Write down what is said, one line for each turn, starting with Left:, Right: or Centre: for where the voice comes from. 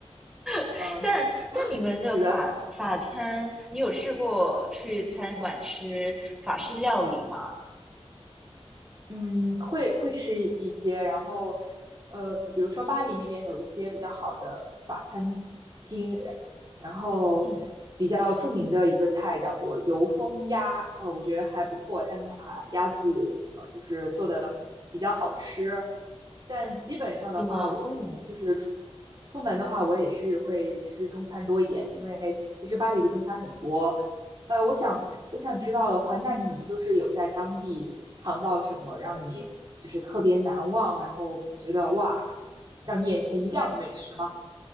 Centre: <laughs>
Right: 呃，
Centre: 但但你们的法法餐，
Right: 是的，
Centre: 你有试过去餐馆吃法式料理吗？
Right: 嗯。嗯，会会吃一些，然后，呃，比如说巴黎那边有一些比较好的法餐厅，然后比较著名的一个菜叫做油封鸭，
Centre: 嗯，
Right: 呃，我觉得还不错，它能把鸭子呃就是做的比较好吃，但基本上的话，
Centre: 怎么？
Right: 我出就是出
Centre: 嗯，
Right: 出门的话，我也是会吃中餐多一点，因为其实巴黎的中餐很多。呃，我想我想知道的话，那你就是有在当地尝到什么让你就是特别难忘，然后觉得哇，让你眼前一亮的美食吗？